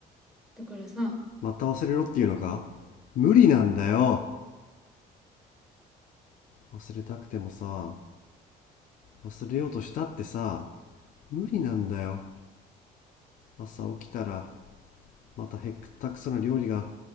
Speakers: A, in the centre; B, on the left.
A: だからさ、
B: また忘れろっていうのか無理なんだよ忘れたくてもさ忘れようとしたってさ無理なんだよ朝起きたらまたへったくそな料理が